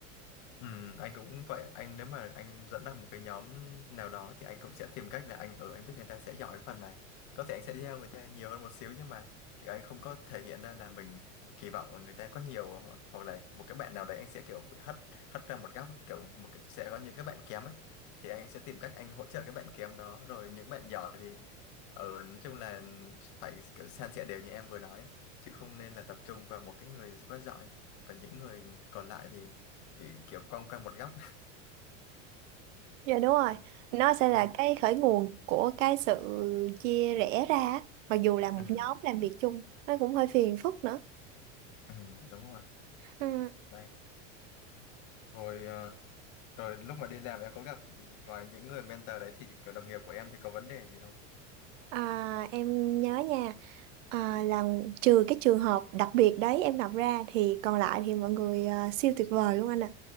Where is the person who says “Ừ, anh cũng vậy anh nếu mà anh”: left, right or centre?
Left